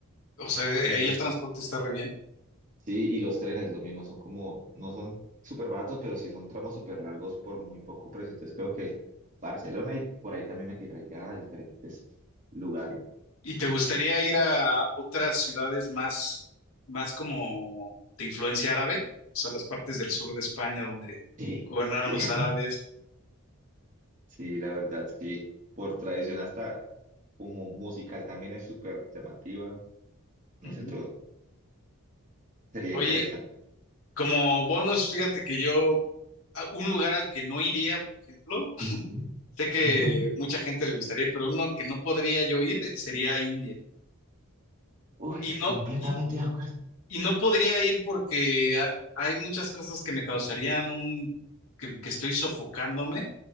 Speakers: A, on the left; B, on the right.
A: o sea, eh,
B: entonces
A: ahí el transporte está re bien.
B: Sí, y los trenes lo mismo, son como, no son súper baratos, pero sí son tramos súper largos por muy poco precio. Entonces creo que Barcelona y por ahí también me tiraría a diferentes lugares.
A: ¿Y te gustaría ir a otras ciudades más, más como de influencia árabe? O sea, las partes del sur de España donde
B: Sí,
A: gobernaron
B: sí,
A: los
B: <laughs>
A: árabes.
B: sí, la verdad, sí. Por tradición hasta como musical también es súper llamativa. No
A: Ujú.
B: sé, todo sería
A: Oye,
B: interesante.
A: como bonus, fíjate que yo, a- un lugar al que no iría, por ejemplo,
B: Ujú.
A: sé que
B: <laughs>
A: mucha gente le gustaría, pero uno que no podría yo ir eh, sería India.
B: Uy,
A: Y no,
B: completamente
A: y,
B: de acuerdo.
A: y no podría ir porque ah, hay muchas cosas que me causarían un, que, que estoy sofocándome.